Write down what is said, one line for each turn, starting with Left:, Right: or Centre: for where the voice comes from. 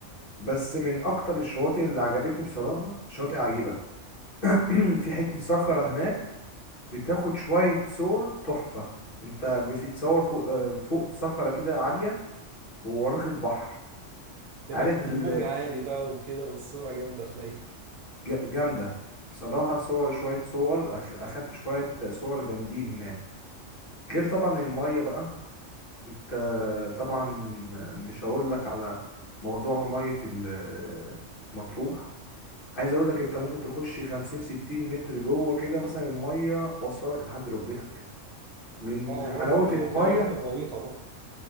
Left: بس من اكتر الشواطئ اللي عجبتني بصراحة شاطئ عجيبة <clears throat> في حتة صخرة هناك بتاخد شوية صور تحفة انت بتتصور فوق آه، فوق صخرة كده عالية ووراك البحر
Right: تقريبا
Left: عارف
Right: كانت
Left: ال-
Right: الموج عالي بقى وكده والصوره جامده تلاقيها
Left: ج- جامدة بصراحة صور شوية صور أخ- أخدت شوية صور جامدين هناك غير طبعا المية بقى انت طبعا مش هقول لك على موضوع مية ال- مطروح عايز اقول لك انت ممكن تخش خمسين ستين متر جوه كده مثلا المية واصلة لك لحد ركبتك من
Right: اه وبرضه
Left: حلاوة المية
Right: فيها مناطق غويطه برضه